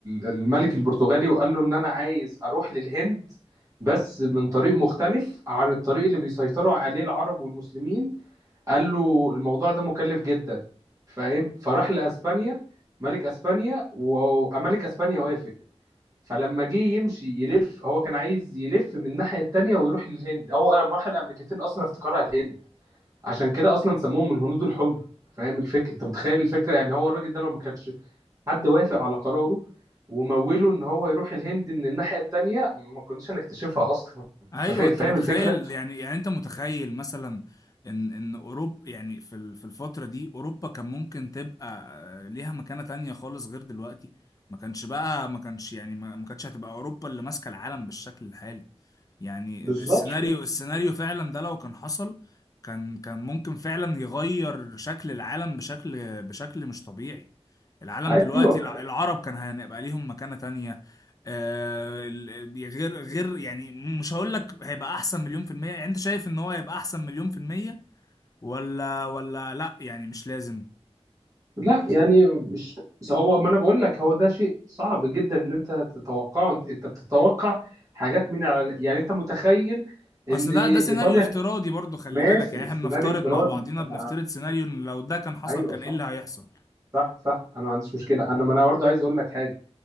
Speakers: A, on the right; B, on the left.
A: الملك البرتغالي وقال له ان انا عايز اروح للهند بس من طريق مختلف عن الطريق اللي بيسيطروا عليه العرب والمسلمين قال له الموضوع ده مكلف جدا فاهم فراح لاسبانيا ملك اسبانيا وملك اسبانيا وافق فلما جه يمشي يلف هو كان عايز يلف من الناحيه التانيه ويروح للهند هو لما راح الامريكتين اصلا افتكرها الهند عشان كده اصلا سموهم الهنود الحمر فاهم الفكره انت متخيل الفكره يعني هو الراجل ده لو ما كانش حد وافق على قراره وموله ان هو يروح الهند من الناحيه التانيه ما كناش هنكتشفها اصلا
B: ايوه
A: انت فا-
B: انت
A: فاهم
B: متخيل
A: الفكره
B: يعني يعني انت متخيل مثلا ان ان اوروبا يعني في ال- في الفتره دي اوروبا كان ممكن تبقى آه، ليها مكانه تانية خالص غير دلوقتي ما كانش بقى ما كانش يعني ما ما كانتش هتبقى اوروبا اللي ماسكه العالم بالشكل الحالي يعني
A: بالظبط
B: السيناريو السيناريو فعلا ده لو كان حصل كان كان ممكن فعلا يغير شكل العالم بشكل بشكل مش طبيعي العالم
A: ايوه
B: دلوقتي الع- العرب كان هيبقى ليهم مكانة تانية آه، ال- ال- غير غير يعني مش هقول لك هيبقى احسن مليون في المية يعني انت شايف ان هو هيبقى احسن مليون في المية ولا ولا لا يعني مش لازم
A: لا يعني مش بس، هو ما انا بقول لك هو ده شيء صعب جدا ان انت تتوقعه انت, انت بتتوقع حاجات من على يعني انت متخيل ان
B: اصل ده ده سيناريو
A: ايطاليا
B: افتراضي برضو خلي
A: ماشي
B: بالك يعني احنا
A: سيناريو
B: بنفترض
A: افتراضي
B: مع بعضينا
A: انا
B: بنفترض سيناريو إن لو ده كان حصل
A: ايوه
B: كان
A: صح
B: ايه اللي هيحصل
A: صح صح انا ما عنديش مشكله انا ما انا برضه عايز اقول لك حاجه